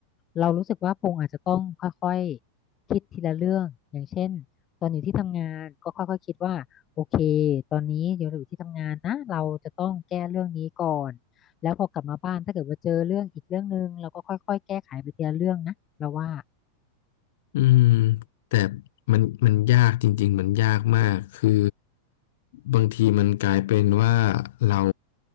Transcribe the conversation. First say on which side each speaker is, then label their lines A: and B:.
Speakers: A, on the left; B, on the left.
A: เรารู้สึกว่าพงอาจจะต้องค่อยๆคิดทีละเรื่องอย่างเช่นตอนอยู่ที่ทำงานก็ค่อยๆคิดว่า โอเคตอนนี้เดี๋ยวเราอยู่ที่ทำงานนะ เราจะต้องแก้เรื่องนี้ก่อน แล้วพอกลับมาบ้านถ้าเกิดว่าเจอเรื่องอีกเรื่องหนึ่งเราก็ค่อยๆแก้ไขไปทีละเรื่องนะเราว่า
B: อืมแต่มันมันยากจริงๆมันยากมากคือบางทีมันกลายเป็นว่าเรา